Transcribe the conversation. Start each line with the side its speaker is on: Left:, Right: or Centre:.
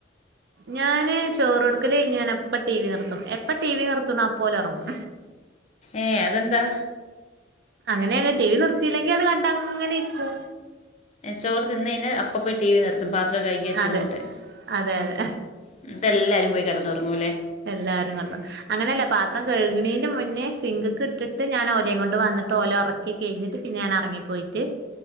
Right: ഞാന് ചോറൊടുക്കല്യ്ഞ്ഞ് ഞാൻ അപ്പ ടി വി നിർത്തും എപ്പ ടി വി നിർത്ണ അപ്പ ഓലൊർങ്ങും.
Left: ഏ അതെന്താ?
Right: അങ്ങനേണ് ടി വി നിർത്തില്ലെങ്കി അത് കണ്ടങ്ങനെ ഇരിക്കും.
Left: ചോറ് തിന്ന കഴിഞ്ഞാൽ അപ്പ പോയി ടി വി നിർ തും പാത്രം കഴകി വച്ച്
Right: അതെ
Left: വന്നിട്ട്
Right: അതെ അതെ
Left: എന്നിട്ട് എല്ലാരും പോയി കെടന്നൊറങ്ങൂല്ലേ
Right: എല്ലാരും കടന്നു അങ്ങനെയല്ല പാത്രം കഴുകണെന് മുന്നേ സിങ്കക്കെ ഇട്ടിട്ട് ഞാൻ ഓലയും കൊണ്ട് വന്നിട്ട് ഓല ഒറ പ്പിക്കാ കഴിഞ്ഞിട്ട് പിന്നെ ഞനറങ്ങിപ്പോയിട്ട്